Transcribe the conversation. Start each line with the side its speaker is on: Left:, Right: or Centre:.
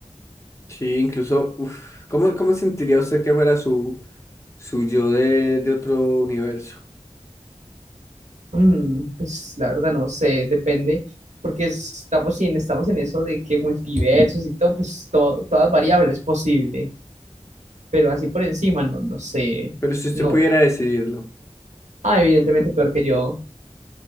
Left: Sí, incluso, uf, ¿cómo, cómo sentiría usted que fuera su, su yo de, de otro universo?
Right: Mm, pues la verdad no sé, depende. Porque estamos en, estamos en eso de que multiversos y todo, pues todo, todas variables es posible. Pero así por encima, no, no sé.
Left: Pero si usted
Right: No.
Left: pudiera decidirlo,
Right: Ah, evidentemente peor que yo.